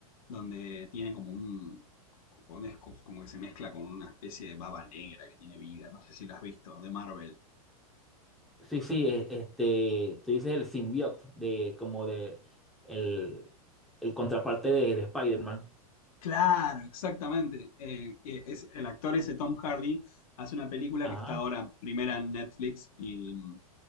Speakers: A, on the left; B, in the centre.
A: donde tiene como un... donde es como como que se mezcla con una especie de baba negra que tiene vida, no sé si lo has visto, de Marvel.
B: Sí, sí, e- este, tú dices el symbiote de, como de, el, el contraparte de, de Spider-Man.
A: Claro, exactamente. Eh, eh, es, el actor ese Tom Hardy hace una película
B: Ajá,
A: que está ahora primera en Netflix y mm,